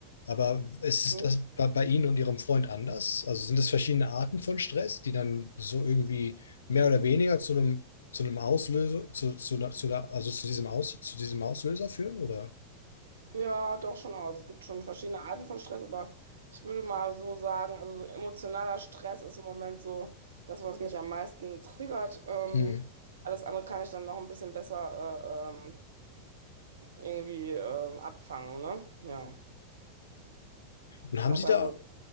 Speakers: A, on the left; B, on the right.
A: Aber ist es
B: Hm?
A: das bei, bei Ihnen und Ihrem Freund anders? Also sind das verschiedene Arten von Stress, die dann so irgendwie mehr oder weniger zu einem, zu einem Auslöser, zu, zu, einer- zu, einer- also zu diesem Aus, zu diesem Auslöser führen, oder?
B: Ja, doch schon aus. Es gibt schon verschiedene Arten von Stress, aber ich würde mal so sagen, also so emotionaler Stress ist im Moment so das, was mich am meisten triggert. Ähm,
A: Hm.
B: alles andere kann ich dann noch ein bisschen besser äh, ähm, irgendwie ähm, abfangen, ne? Ja.
A: Und
B: Aber
A: haben Sie
B: bei
A: da,
B: so